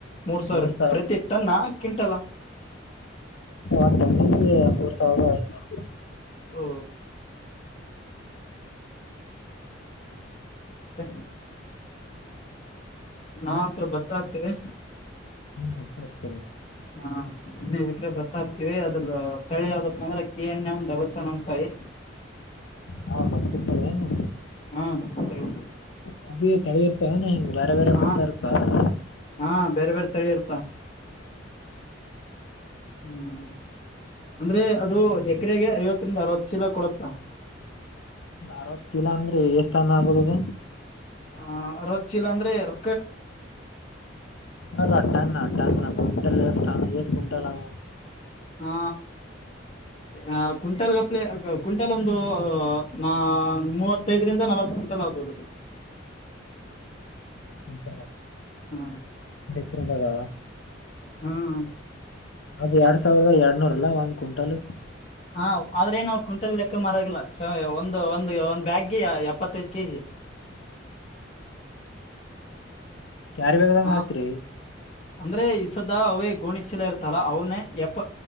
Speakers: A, on the left; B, on the left.
A: ಮೂರ ಸಾವ್ರ
B: ಮೂರ್ ಸಾವಿರ
A: ಪ್ರತಿ ಟನ್ನಾ ಕ್ವಿಂಟಲ
B: ಓನ್ ಟಣ್ಣಿಗಿ ಮೂರ ಸಾವ್ರದ ಐದ್ ನೂರ್.
A: ಓ ಹ್ ನಾವಂತ್ರು ಬತ್ತಾ ಹತ್ತಿವಿ.
B: ಹ್ಮ ಮತ್ತ್ ಹತ್ತ್ಯವ
A: ಹಾ ಹದ್ನೈದ ಎಕ್ರೆ ಬತ್ತ ಹಾಕ್ತಿವಿ ಅದ ಅದರ್ದ ತಳಿ ಯಾವ್ದಪ್ಪ ಅಂದ್ರ K N M double seven five.
B: ಹಾ ಬರ್ತಿರ್ತಾವ ಏನು
A: ಹಾ <unintelligible>
B: ಅವ್ಬಿ ತಳಿ ಇರ್ತವ್ಯಾನ. ಬ್ಯಾರೆ ಬ್ಯಾರೆ
A: ಹಾ
B: ಬತ್ತ ಇರ್ತಾವೇನ.
A: ಹಾ ಬೇರೆ ಬೇರೆ ತಳಿ ಇರ್ತ ಹ್ಮ್ ಅಂದ್ರೆ ಅದು ಎಕ್ರೆಗೆ ಐವತ್ತರಿಂದ ಅರವತ್ ಚೀಲ ಕೊಡತ್ತ.
B: ಅರವತ್ ಚೀಲ ಅಂದ್ರ ಎಷ್ಟ ಟನ್ ಆಗ್ಬೋದ ಅದು.
A: ಹ ಅರವತ್ತ ಚೀಲ ಅಂದ್ರೆ ಅರು
B: ಅಲ್ಲ ಟನ್ ಟನ್ ಕುಂಟಲ್ ಎಸ್ಟ್ ಟನ್ ಎಸ್ ಕುಂಟಲ್ಲ ಆಗಬೊದ.
A: ಹಾ ಏ ಹ ಕ್ವಿಂಟಲ್ ಗಪ್ಲೆ ಕು ಕ್ವಿಂಟಲ್ ಒಂದು ಅ ಮೂವತ್ತೈದರಿಂದ ನಲವತ್ ಕುಂಟಲ್ ಆಗ್ಬೋದು.
B: ಕುಂಟಲ.
A: ಹಾ
B: ತ್ರಿಂಗದ <unintelligible>
A: ಹ್ಮ್
B: ಅದ್ ಎರಡ್ ಸಾವಿರದ ಎರಡ್ನೂರ ಅಲ್ಲಾ ಒಂದ್ ಕ್ವಿಂಟಾಲ್
A: ಹಾ ಆದ್ರೆ ನಾವು ಕ್ವಿಂಟಲ್ ಲೆಕ್ಕ ಮರವಾಗಿಲ್ಲ ಒಂದು ಒಂದು ಒಂದ್ ಬ್ಯಾಗ್ಗೆ ಎಪ್ಪತ್ತೈದು ಕೆಜಿ <inaudible>
B: ಯಾರ್ ಬೇಕದ
A: ಆ
B: ಮಾಡತ್ರಿ
A: ಅಂದ್ರೆ ಈಸದ್ದ ಅವೇ ಗೋಣಿ ಚೀಲ ಇರ್ತಲ್ಲ ಅವ್ನೇ ಯಪ್ಪ